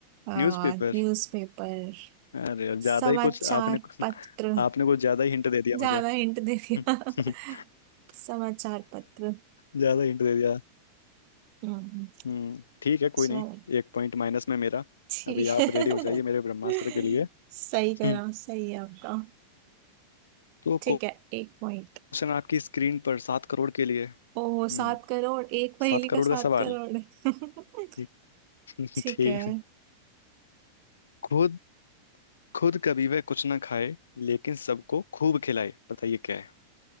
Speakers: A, on the right (about 45°); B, on the left (about 70°).
A: हाँ
B: न्यूज़पेपर
A: न्यूज़पेपर
B: अरे यार, ज्यादा
A: समाचार
B: ही कुछ आपने <laughs>
A: पत्र
B: आपने कुछ ज्यादा ही हिंट दे दिया
A: ज्यादा
B: मुझे
A: हिंट दे दिया
B: <laughs>
A: <laughs> समाचार पत्र
B: ज्यादा हिंट दे दिया
A: हम्म
B: हम्म ठीक है कोई
A: चलो
B: नहीं एक पॉइंट माइनस में मेरा
A: ठीक
B: अभी आप
A: है
B: रेडी
A: <laughs>
B: हो जाइए मेरे ब्रह्मास्त्र के लिए
A: सही करा
B: हम्म
A: सही है आपका
B: तो
A: ठीक है एक पॉइंट
B: क्वेश्चन आपकी स्क्रीन पर सात करोड़ के लिए हम्म
A: ओ सात करोड़ एक पहेली
B: सात
A: का
B: करोड़
A: सात
B: का सवाल
A: करोड़ है। <laughs>
B: ठीक
A: ठीक
B: <laughs> ठीक।
A: है
B: खुद खुद कभी वह कुछ ना खाए लेकिन सबको खूब खिलाए बताइए क्या है